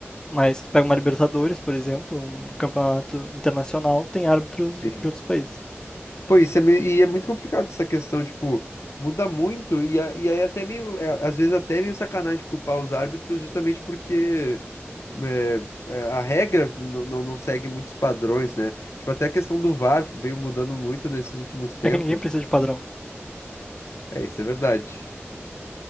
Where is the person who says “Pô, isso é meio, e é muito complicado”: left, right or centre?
Left